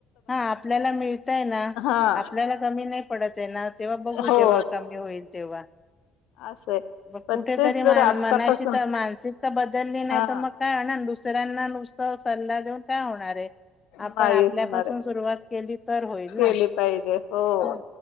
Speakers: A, on the left (about 25°); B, on the left (about 70°).
A: हा, आपल्याला मिळतंय ना,
B: हा
A: आपल्याला कमी नाही पडत आह ना, तेव्हा बघू
B: हो
A: जेव्हाऽऽ कमी होईल तेव्हा.
B: असं आहे
A: म अऽकुठेतरी
B: पण तेच
A: मनाची
B: जर आतापासून
A: तर मानसिकता बलऽऽ बदलली नाही,
B: हा
A: तर मग काय होणार दुसऱ्यांना नुसतं सल्ला देऊन काय होणार आये.
B: नाही
A: आपण आपल्यापासून
B: होणार आहे
A: सुरुवात केली तर होईल
B: केली
A: ना..
B: पाहिजे हो
A: ह..